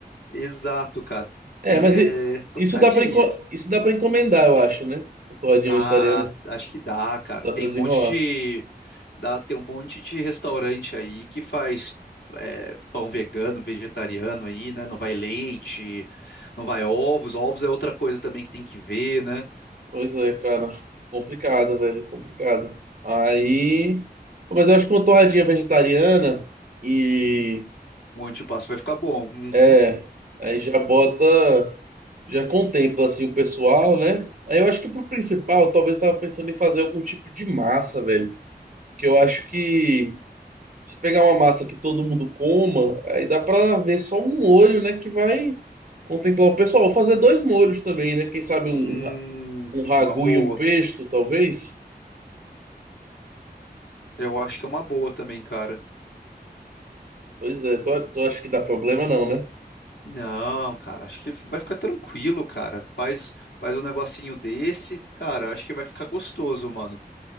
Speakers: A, on the left; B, on the right.
A: Exato, cara. Tem,
B: É, mas
A: é
B: i-
A: é complicadinho.
B: isso dá pra, enco- isso dá pra encomendar, eu acho, né? Uma torradinha
A: Ah,
B: vegetariana.
A: acho que dá, cara.
B: Dá pra
A: Tem
B: desenrolar.
A: um monte de. Dá, tem um monte de restaurante aí que faz é, pão vegano, vegetariano aí, né? Não vai leite, não vai ovos. Ovos é outra coisa também que tem que ver, né?
B: Pois é, cara. Complicado, velho. Complicado. Aí. Pô, Mas eu acho que uma torradinha vegetariana e.
A: O antipasto vai ficar bom. Uhum.
B: É. Aí já bota. já contempla assim o pessoal, né? Aí eu acho que pro principal, talvez eu tava pensando em fazer algum tipo de massa, velho. Que eu acho que se pegar uma massa que todo mundo coma, aí dá pra ver só um molho, né? Que vai contemplar o pessoal. Ou fazer dois molhos também, né? Quem sabe um,
A: Hum,
B: um ra- um ragu
A: uma boa.
B: e um pesto, talvez?
A: Eu acho que é uma boa também, cara.
B: Pois é, tu, a- tu acha que dá problema não, né?
A: Não, cara, acho que vai ficar tranquilo, cara. Faz, faz um negocinho desse, cara, acho que vai ficar gostoso, mano.